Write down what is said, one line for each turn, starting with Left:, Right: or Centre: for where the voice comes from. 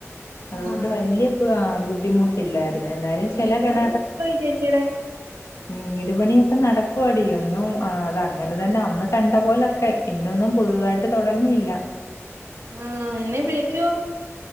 Left: അതുകൊണ്ട്
Right: ആഹ്
Left: വല്യ ബുദ്ധിമുട്ടില്ലായിരുന്നു. എന്നാലും ചില കെണ
Right: ചേച്ചിയ്ടെ
Left: വീട് പണിയൊക്കെ നടക്കുവാടി ഒന്നും അത് അങ്ങനെ തന്നെ അന്ന് കണ്ട പോലൊക്കെ പിന്നൊന്നും പുതുതായിട്ട് തുടങ്ങിയില്ല
Right: ആഹ് എന്നെ വിളിക്കുവോ